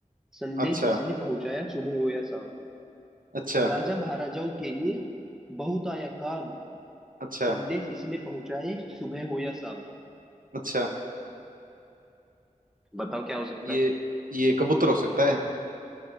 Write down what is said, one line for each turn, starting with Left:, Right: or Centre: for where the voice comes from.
Centre: संदेश
Right: अच्छा
Centre: इसने पहुंचाया सुबह हो या शाम
Right: अच्छा
Centre: राजा महाराजाओं के ये बहुत आया काम
Right: अच्छा
Centre: संदेश इसने पहुंचाए सुबह हो या शाम
Right: अच्छा
Centre: बताओ क्या हो सकता
Right: ये
Centre: है
Right: ये कबूतर हो सकता है